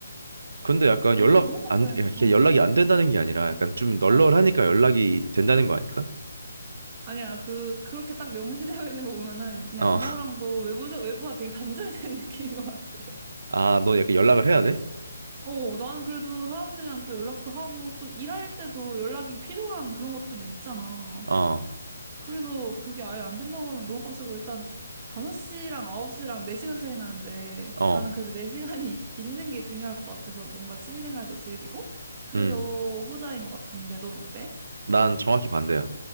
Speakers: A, on the right (about 60°); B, on the right (about 20°).
A: 근데 약간
B: 너무,
A: 연락
B: 너무 빡세.
A: 안, 야, 이게
B: 응,
A: 연락이 안 된다는 게 아니라 약간 좀 널널하니까
B: 응.
A: 연락이 된다는 거 아닐까?
B: 아니야, 그, 그렇게 딱 명시되어 있는 거 보면은 그냥
A: 어,
B: 아무랑도
A: <laughs>
B: 외부자, 외부와 되게 단절된 <laughs> 느낌인 것 같아.
A: 아, 너 약간 연락을 해야 돼?
B: 어, 나는 그래도 사람들이랑 또 연락도 하고 또 일할 때도 연락이 필요한 그런 것들도 있잖아.
A: 어,
B: 그래서 그게 아예 안 된다고 하면 너무 빡세고 일단 5시랑 9시랑 4시간 차이 나는데
A: 어,
B: 나는 그래도 네 시간이 <laughs> 있는 게 중요할 것 같아서 뭔가 취미생활도 즐기고 그래서
A: 응.
B: 후자인 것 같은데 넌 어때?
A: 난 정확히 반대야.